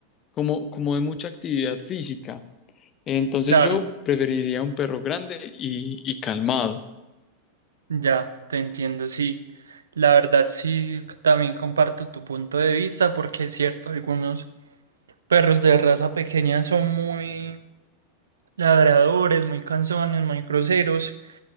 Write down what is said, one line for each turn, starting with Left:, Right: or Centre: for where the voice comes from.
Left: como, como de mucha actividad física. Entonces
Right: claro,
Left: yo preferiría un perro grande y, y calmado,
Right: ya, te entiendo, sí. La verdad, sí, también comparto tu punto de vista porque es cierto, algunos perros de raza pequeña son muy ladradores, muy cansones, muy groseros.